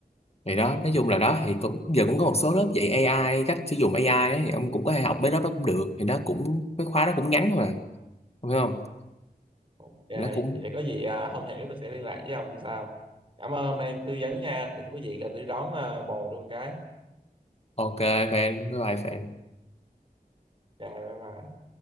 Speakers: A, on the left; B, on the right.
A: thì đó nói chung là đó thì cũng, giờ cũng có một số lớp dạy AI cách sử dụng AI ấy, thì ông cũng có thể học mấy lớp đó cũng được thì nó cũng mấy khóa đó cũng ngắn thôi mà ông hiểu không
B: ok vậy
A: nó cũng
B: để có gì à, không hiểu tôi sẽ liên lạc với ông sau cảm ơn hôm nay tư vấn nha để thưa quý vị à, tôi đón à, bồ luôn cái
A: ok fan bye bye fan
B: rồi bye bye